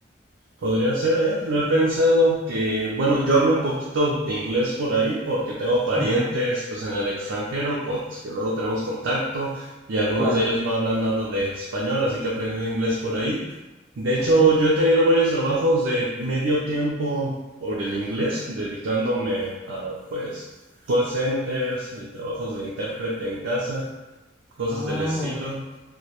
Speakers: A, on the right; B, in the centre.
A: Podría ser, ¿eh? Lo he pensado que, bueno, yo hablo un poquito de inglés por ahí porque tengo parientes
B: Ujú,
A: pues en el extranjero con los que luego tenemos contacto y algunos
B: Claro.
A: de ellos no hablan nada de español, así que he aprendido inglés por ahí. De hecho,
B: ujú.
A: yo he tenido varios trabajos de medio tiempo por el inglés, dedicándome a pues call centers y trabajos de intérprete en casa, cosas
B: Ay,
A: del estilo.